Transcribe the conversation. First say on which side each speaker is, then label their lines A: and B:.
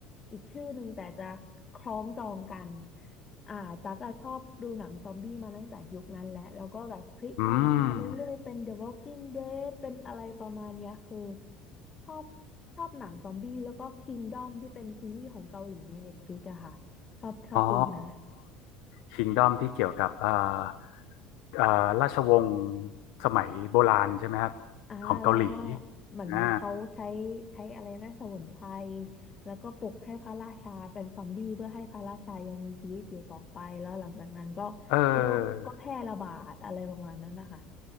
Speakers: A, on the left; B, on the left.
A: อีกชื่อหนึ่งแต่จะคล้องจองกันอ่าตั๊กอะชอบดูหนังซอมบี้มาตั้งแต่ยุคนั้นแหละแล้วก็แบบพลิกขยับมาเรื่อยๆเป็น
B: อืม
A: The Walking Dead เป็นอะไรประมาณเนี้ยคือชอบชอบหนังซอมบี้แล้วก็ Kingdom ที่เป็นซีรีส์ของเกาหลีใน Netflix อะค่ะชอบชอบดูไหม
B: อ๋อ k i n ด d o m ที่เกี่ยวกับเอ่อเอ่อราชวงศ์สมัยโบราณใช่ไหมครับ
A: อ่าแล้วก็
B: ของเกาหลี
A: เหมือนเขาใช้ใช้อะไรนะสมุนไพร
B: อ่า
A: แล้วก็ปลุกให้พระราชาเป็นซอมบี้เพื่อให้พระราชายังมีชีวิตอยู่ต่อไปแล้วหลังจากนั้นก็
B: เอ
A: โรคก็แพร่ระบาดอะไรประมาณนั้นนะคะ
B: อ